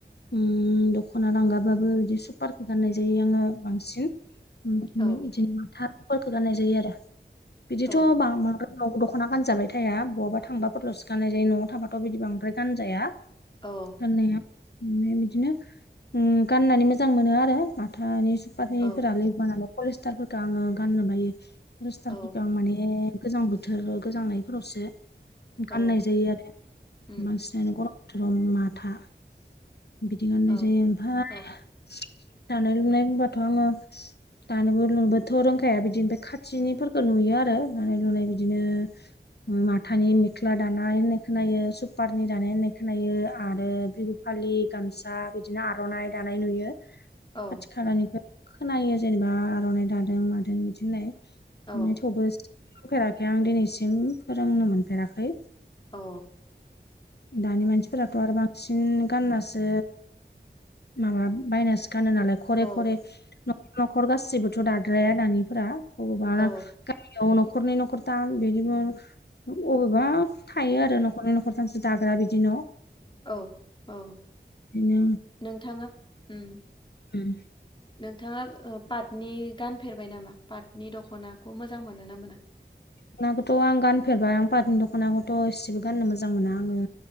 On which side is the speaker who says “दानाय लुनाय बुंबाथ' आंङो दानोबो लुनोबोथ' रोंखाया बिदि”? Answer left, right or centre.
Left